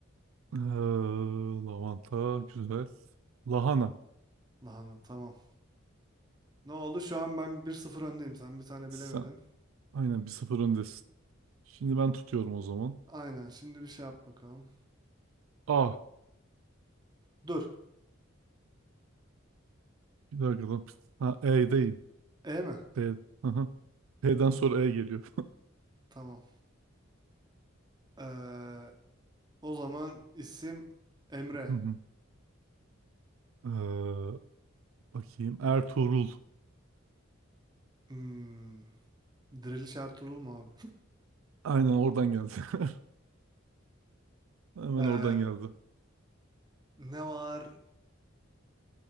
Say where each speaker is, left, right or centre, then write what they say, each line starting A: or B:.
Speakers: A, on the right (about 80°); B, on the right (about 20°).
A: Ee, lavanta güzel. Lahana.
B: Lahana tamam. Ne oldu? Şu an ben bir sıfır öndeyim. Sen bir tane
A: Sen
B: bilemedin.
A: aynen bir sıfır öndesin. Şimdi ben tutuyorum o zaman.
B: Aynen. Şimdi bir şey yap bakalım.
A: A.
B: Dur.
A: Bir dakika lan. Ha, E değil.
B: E mi?
A: B. Aha. P'den sonra E geliyor.
B: Tamam. Ee, o zaman isim Emre.
A: <laughs> Hı hı. ee, bakayım. Ertuğrul.
B: Hmm, Diriliş Ertuğrul mu abi? <laughs>
A: Aynen oradan geldi. <laughs> Hemen
B: Ee,
A: oradan geldi.
B: ne var?